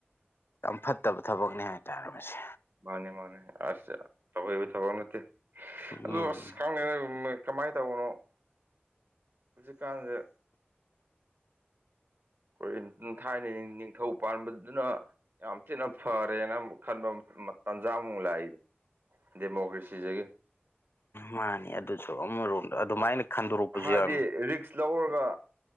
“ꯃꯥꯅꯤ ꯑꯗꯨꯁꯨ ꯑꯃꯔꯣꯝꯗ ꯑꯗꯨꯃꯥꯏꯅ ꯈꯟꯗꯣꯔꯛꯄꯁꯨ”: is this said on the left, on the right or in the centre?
Left